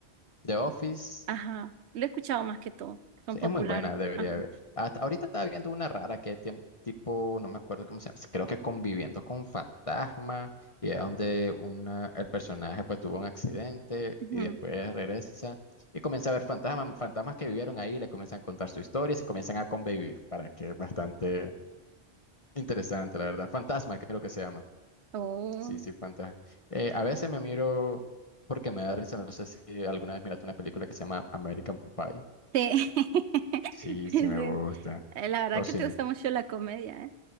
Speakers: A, on the left; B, on the right.
A: The Office.
B: ajá, lo he escuchado más que todo, son
A: Sí,
B: populares,
A: es muy buena, debería
B: ajá.
A: ver. Hasta ahorita estaba viendo una rara que tiem- tipo, no me acuerdo cómo se llama, creo que conviviendo con fantasma y es donde una, el personaje pues tuvo un accidente
B: ujú.
A: y después regresa y comienza a ver fantasmas, fantasmas que vivieron ahí, le comienzan a contar su historia y se comienzan a convivir, para que es bastante interesante, la verdad. Fantasma creo que se llama.
B: Oh,
A: Sí, sí, fantasma. Eh, a veces me miro porque me da risa, no sé si alguna vez miraste una película que se llama American Pie.
B: sí. <laughs>
A: Sí, sí
B: Sí.
A: me gusta.
B: Eh, La verdad
A: O
B: que
A: si
B: te
A: no,
B: gusta mucho la comedia, ¿eh?